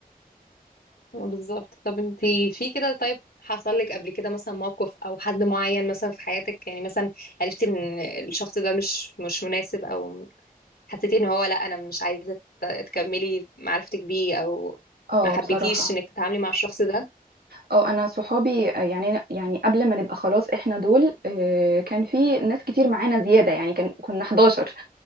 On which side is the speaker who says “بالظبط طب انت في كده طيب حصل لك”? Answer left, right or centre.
Left